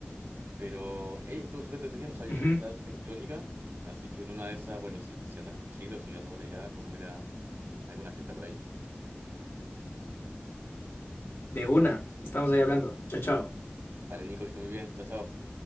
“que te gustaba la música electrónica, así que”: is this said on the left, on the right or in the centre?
Right